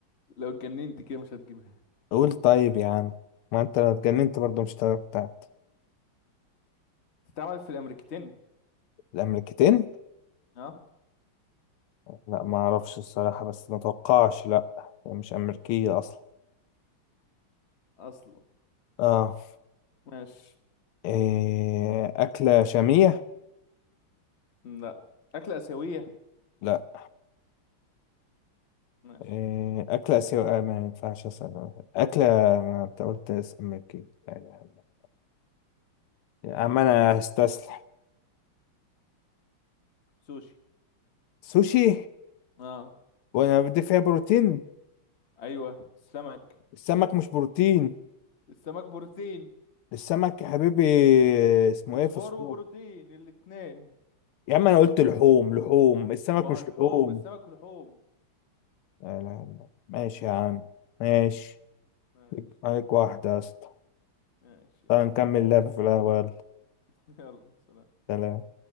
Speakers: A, on the left (about 35°); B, on the left (about 85°).
A: لو اتجننت كده مش هتجيبها
B: قول طيب يا عم ما انت لو اتجننت برضه مش هتعرف بتاعت
A: بتتعمل في الأمريكتين
B: الامريكتين
A: أه
B: لا ما اعرفش الصراحه بس ما اتوقعش لا هي مش امريكيه اصلا
A: أصله
B: اه
A: ماشي
B: إيه أكلة شامية؟
A: لا أكلة آسيوية
B: لا
A: ماشي
B: إيه أكلة آسيوية آه، ما ينفعش أسأل أكلة ما أنت قلت اس- أمريكية لا لا لا. يا عم أنا هستسلم
A: سوشي
B: سوشي
A: أه
B: وأنا بدي فيها بروتين
A: أيوه سمك
B: السمك مش بروتين
A: السمك بروتين
B: السمك يا حبيبي اسمه
A: فوسفور
B: إيه فوسفور
A: وبروتين الاتنين
B: يا عم أنا قلت لحوم لحوم السمك
A: ما
B: مش
A: هو اللحوم
B: لحوم
A: السمك لحوم
B: لا لا لا. ماشي يا عم ماشي
A: ماشي
B: عليك واحدة يا اسطى
A: ماشي يلا
B: تعال نكمل لعبة في القهوة يلا
A: <laughs> يلا سلام
B: سلام